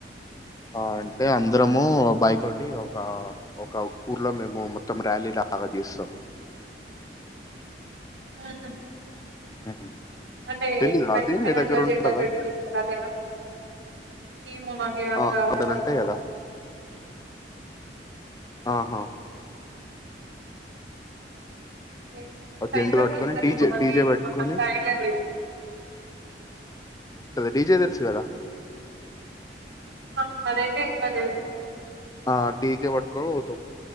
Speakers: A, on the left (about 20°); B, on the right (about 70°).
A: ఆ అంటే అందరము బైక్ తోటి ఒక ఒక ఊర్లో మేము మొత్తం ర్యాలీలాగా చేస్తాం
B: ఆఆ
A: మ్మ్.
B: అంటే
A: తెలీదా
B: బైక్స్
A: అది
B: పైనట్లా
A: మీ దగ్గర ఉంటదా?
B: జెండా పెట్టి తీస్తారు అదేనా ఏమో నాకు అంత
A: ఆ, అందులో
B: అర్థంకాలే
A: ఉంటాయి కదా ఆహా
B: మ్
A: ఆ
B: సైకిల్
A: జెండులు పట్టుకొని
B: తీస్తారెమో
A: డీజే
B: కానీ
A: డీజే
B: మా
A: పెట్టుకొని
B: కంత ఐడియా లేదు
A: డిజే తెలుసు కదా
B: ఆ అదైతే ఇట్లా తెలుసు
A: ఆ డీజే పట్టుకొని పోతాం